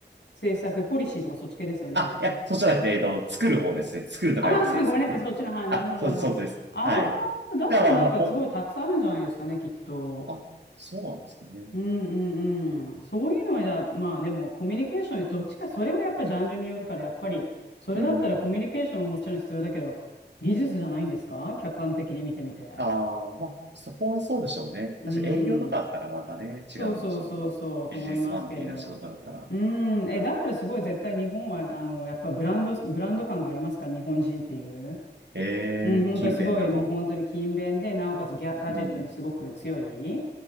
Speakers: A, on the left; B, on the right.
A: 政策、ポリシーとかそっち系ですよね。
B: あ、いや、そうじゃなくて、えっと、作る方ですね。作ると書いて制作。
A: ああ、<laughs> ごめんなさい、そっちの、はい、なるほど、
B: あ、そう、
A: なるほど。
B: そうです。
A: あ
B: はい。
A: あ、だったらなんかすごいたくさんあるんじゃないですかね、
B: だから、まあ、ほ、
A: きっと。
B: あ、そうなんですかね。
A: うんうんうん。そういうのはじゃあ、まあでもコミュニケーション、どっちか、それはやっぱジャンルによるから、やっぱり、それだったらコミュニケーションもちろん必要だけど、
B: うん。
A: 技術じゃないんですか客観的に見てみて。
B: ああ、まあ、そこはそうでしょうね。
A: うん。
B: 確かに営業とかあったらまたね、
A: そうそうそうそう、
B: 違うんでしょうけど、
A: と思いますけど。
B: ビジネスマン的な仕事だったら、
A: うん。
B: う
A: え、だったらすごい絶対日本は、あの、やっぱブランド、ブランド感がありますから、日本人っていう。
B: え
A: うん、本当にすごい、
B: えー勤勉だと。
A: もう本当に勤勉で、なおかつギャ、ガジェットにすごく強い。
B: うん、